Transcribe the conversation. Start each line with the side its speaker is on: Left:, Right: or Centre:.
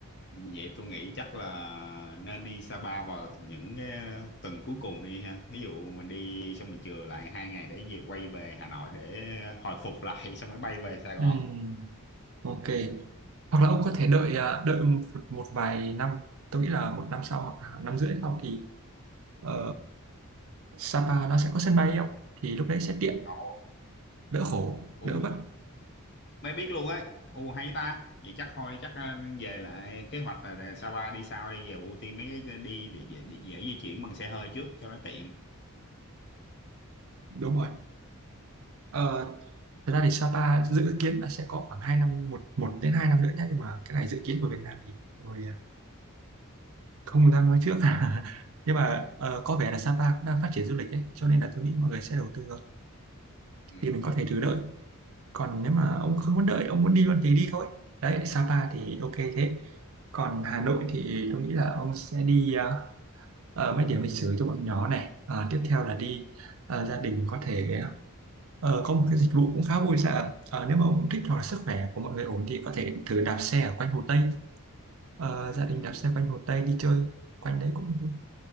Left: Như vậy tôi nghĩ chắc là nên đi Sapa vào những cái tuần cuối cùng đi ha. Ví dụ mình đi xong mình chừa lại hai ngày để về quay về Hà Nội để hồi phục <laughs> lại xong mới bay về Sài Gòn.
Right: Ừm, ok hoặc là ông có thể đợi à, đợi một, một vài năm tôi nghĩ là một năm sau hoặc là năm rưỡi sau thì Ờ, Sapa nó sẽ có sân bay không thì lúc đấy sẽ tiện
Left: Ồ,
Right: đỡ khổ
Left: u
Right: đỡ vất
Left: mới biết luôn ấy. U hay ta. Vậy chắc thôi chắc ờ, về lại kế hoạch là để Sapa đi sau đi về ưu tiên mấy cái đi để, dễ- để dễ di chuyển bằng xe hơi trước cho nó tiện.
Right: đúng rồi Ờ, thật ra thì Sapa dự kiến là sẽ có khoảng hai năm một một đến 2 năm nữa nhé nhưng mà cái này dự kiến của Việt Nam thì tôi à, không dám nói trước <laughs> nhưng mà ờ, có vẻ là Sapa cũng đang phát triển du lịch đấy cho nên là tôi nghĩ mọi người sẽ đầu tư thôi
Left: Ừ,
Right: thì mình
Left: ừ,
Right: có thể thử đợi còn nếu mà
Left: ừ,
Right: ông không muốn đợi ông muốn đi luôn thì đi thôi đấy Sapa thì ok thế còn Hà Nội
Left: ừ,
Right: thì tôi nghĩ là ông sẽ đi à, ờ, mấy điểm lịch sử cho bọn nhỏ này Ờ, tiếp theo là đi ờ, gia đình có thể ờ, có một cái dịch vụ cũng khá vui sao Ờ, nếu mà ông thích hoặc là sức khỏe của mọi người ổn thì có thể thử đạp xe ở quanh Hồ Tây Ờ,
Left: ừ, ừ,
Right: gia đình
Left: ừ.
Right: đạp xe quanh Hồ Tây đi chơi quanh đấy cũng vui